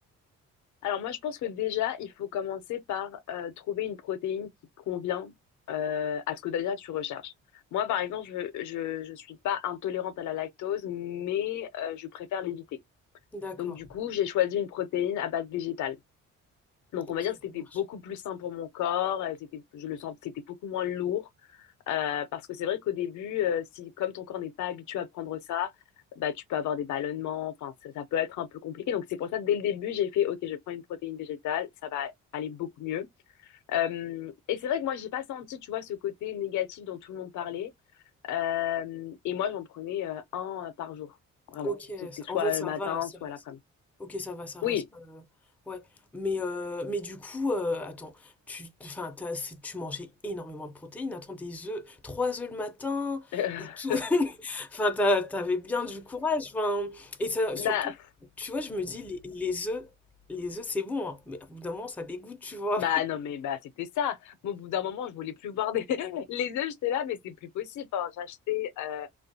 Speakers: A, on the left (about 75°); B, in the centre.
A: Alors moi, je pense que déjà, il faut commencer par euh, trouver une protéine qui convient euh, à ce que déjà tu recherches. Moi, par exemple, je, je, je suis pas intolérante à la lactose, mais euh, je préfère l'éviter.
B: D'accord,
A: Donc du coup, j'ai choisi une protéine à base végétale. Donc
B: ok,
A: on va dire que
B: ça
A: c'était
B: marche.
A: beaucoup plus sain pour mon corps, euh, c'était, je le sens, c'était beaucoup moins lourd. Euh, parce que c'est vrai qu'au début, euh, si comme ton corps n'est pas habitué à prendre ça, bah tu peux avoir des ballonnements, enfin ça, ça peut être un peu compliqué. Donc c'est pour ça que dès le début, j'ai fait OK, je prends une protéine végétale, ça va aller beaucoup mieux. Euh, et c'est vrai que moi j'ai pas senti, tu vois, ce côté négatif dont tout le monde parlait. Euh, et moi j'en prenais euh, un par jour, vraiment.
B: Ok,
A: C'était
B: ça-
A: soit
B: en fait ça
A: le matin,
B: va, ça,
A: soit l'après-midi.
B: ok ça va, ça
A: Oui.
B: reste, euh, ouais. Mais euh, mais du coup, euh, attends, tu, enfin t'as- c'est- tu mangeais énormément de protéines. Attends, des œufs, trois œufs le matin
A: <laughs>
B: et tout. <laughs> Enfin t'as- t'avais bien du courage. Enfin et ça
A: Bah,
B: surtout, tu vois, je me dis les, les œufs, les œufs c'est bon, hein, mais au bout d'un moment ça dégoûte, tu vois.
A: bah non mais bah c'était ça. Moi, au bout d'un moment, je voulais plus voir des... <laughs> les œufs, j'étais là, mais c'est plus possible. Enfin, j'achetais euh,